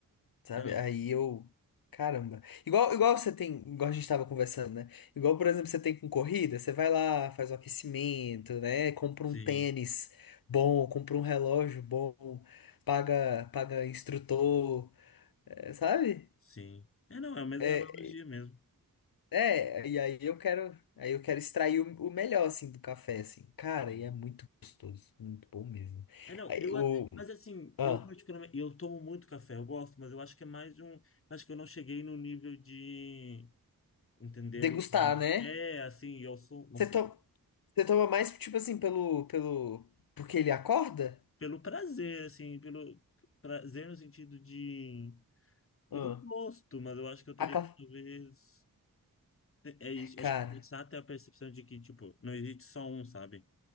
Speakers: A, on the left (about 65°); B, on the left (about 35°).
A: Sabe?
B: É, não.
A: Aí eu. Caramba. Igual, igual você tem, igual a gente tava conversando, né? Igual, por exemplo, você tem com corrida, você vai lá, faz o aquecimento, né? Compra
B: Sim,
A: um tênis bom, compra um relógio bom, paga, paga instrutor, é, sabe?
B: sim. É, não, é a mesma
A: É,
B: analogia mesmo.
A: É, e aí eu quero, aí eu quero extrair o, o melhor assim do café assim. Cara,
B: Sim.
A: e é muito gostoso, muito bom mesmo.
B: É, não,
A: Aí
B: eu,
A: o
B: a- mas assim,
A: ah,
B: eu particularmente, eu tomo muito café, eu gosto, mas eu acho que é mais um, acho que eu não cheguei no nível de entendê-lo.
A: degustar,
B: como-
A: né?
B: É, assim, eu sou, nossa,
A: Você to, você toma mais tipo assim pelo pelo porque ele acorda?
B: pelo prazer, assim, pelo prazer no sentido de,
A: Ah,
B: pelo gosto, mas eu acho que eu teria
A: a ca-
B: que talvez, é isso, eu
A: Cara,
B: acho que começar a ter a percepção de que, tipo, não existe só um, sabe?